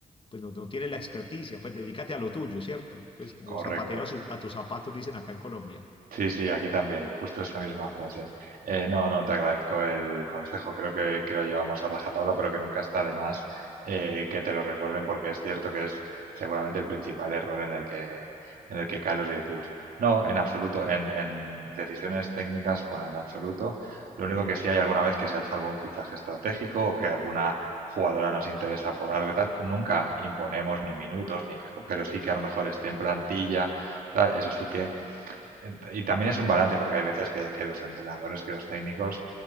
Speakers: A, on the left; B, on the right.
A: pues no, no tiene la experticia, pues dedícate a lo tuyo, ¿cierto? Pues como
B: correcto.
A: zapatero a, sus- a tus zapatos dicen acá en Colombia.
B: Sí, sí, aquí también, justo esa misma frase. Eh, no, no, te agradezco el consejo, creo que, que lo llevamos a rajatabla, pero que nunca está de más eh, que te lo recuerde, porque es cierto que es seguramente el principal error en el que, en el que caen los directivos. No, en absoluto, en, en decisiones técnicas, bueno, en absoluto. Lo único que sí hay alguna vez que se ha hecho algún fichaje estratégico o que alguna jugadora nos interesa por algo y tal, nunca imponemos ni minutos, ni que, pero sí que a lo mejor esté en plantilla, tal, eso sí que Ent- Y también es un balance, porque hay veces que, que los entrenadores, que los técnicos,